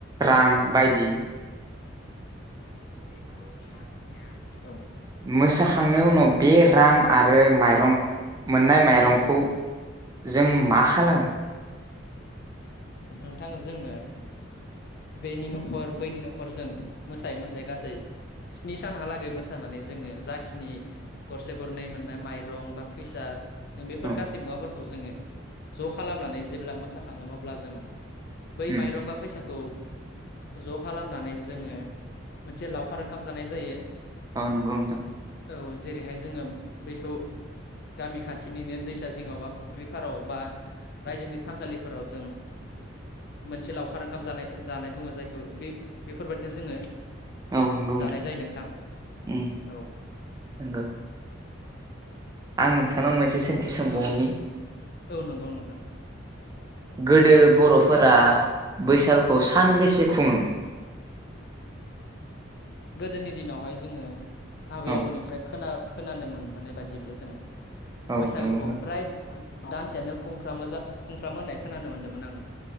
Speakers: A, on the right; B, on the left.
A: रां बायदि
B: बेखौ मागिनाया औ
A: मोसाखांनायनि उनाव बे रां आरो माइरं मोननाय माइरंखौ
B: औ
A: जों मा खालामो
B: नोंथां जोङो बेनि न'खर बैनि न'खरजों मोसायै मोसायै गासै स्नि सानहालागै मोसानानै जोङो जाखिनि गरसे गरनै मोननाय माइरं बा फैसा जों बेफोर
A: औ
B: गासै मुवाफोरखौ जोङो ज' खालामनानै जेब्ला मोसाखांगोन अब्ला जों बै
A: उम
B: माइरंबा फैसा- खौ ज' खालामनानै जोङो मोनसे लावखार ओंखाम जानाय जायो।
A: आ नंगौ नोंथां
B: औ जेरैहाय जोङो बैखौ गामिखौ खाथिनिनो दैसा जिङाव बा फुख्रिफोराव बा रायजोनि थानसालिफोराव जों मोनसे लावखार ओंखाम जानाय जानाय बुङो जायखौ बे बेफोरबायदिनो जोङो
A: औ नंगौ
B: जानाय जायो नोंथां
A: उम
B: औ
A: नंगौ आं नोंथांनाव मोनसे सोंथि सोंबावनि
B: ओ औ औ नंगौ नोंथां
A: गोदो बर'फोरा बैसागुखौ सानबेसे खुङोमोन।
B: गोदोनि दिनावहाय जोङो आबै
A: औ
B: आबौनिफ्राय खोना खोनानो मोनबोनाय बायदिब्ला जों
A: औ
B: बैसागोखौ
A: नंगौ नोंथां
B: फ्राय दानसेयानो खुंफ्रामो जा खुंफ्रामो होननाय खोनानो मोनदोंमोन।